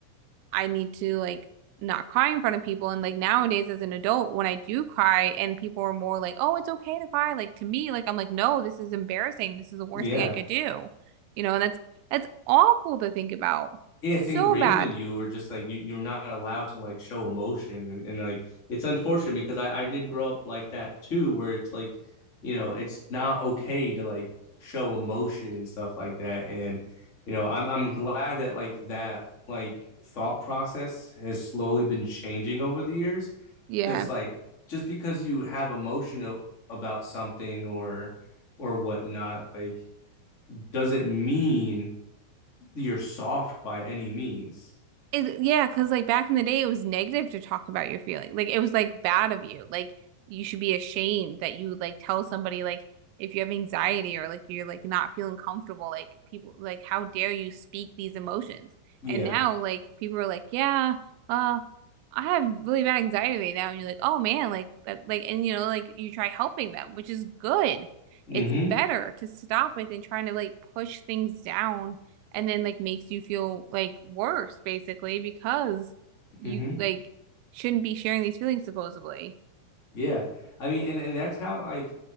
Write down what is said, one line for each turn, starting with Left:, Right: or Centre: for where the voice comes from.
Right: I need to like not cry in front of people. And like nowadays as an adult, when I do cry and people are more like, oh, it's okay to cry. Like to me, like I'm like, no, this is embarrassing. This is the worst
Left: yeah.
Right: thing I could do. You know, and that's that's awful to think about.
Left: yeah,
Right: So
Left: it's ingrained
Right: bad.
Left: in you. Or just like you, you're not allowed to like show emotion, and, and like it's unfortunate because I I did grow up like that too, where it's like, you know, it's not okay to like show emotion and stuff like that. And you know, I'm I'm glad that like that like thought process has slowly been changing over the years,
Right: Yeah.
Left: because like just because you have emotion o- about something or or whatnot, like doesn't mean you're soft by any means.
Right: It, yeah, because like back in the day, it was negative to talk about your feeling. Like it was like bad of you. Like you should be ashamed that you would like tell somebody like if you have anxiety or like you're like not feeling comfortable. Like people like how dare you speak these emotions?
Left: Yeah.
Right: And now like people are like, yeah, uh, I have really bad anxiety right now, and you're like, oh man, like that, like and you know like you try helping them, which is good.
Left: Mm-hmm.
Right: It's better to stop it than trying to like push things down and then like makes you feel like worse basically because you
Left: Mm-hmm.
Right: like shouldn't be sharing these feelings supposedly.
Left: Yeah. I mean, and, and that's how I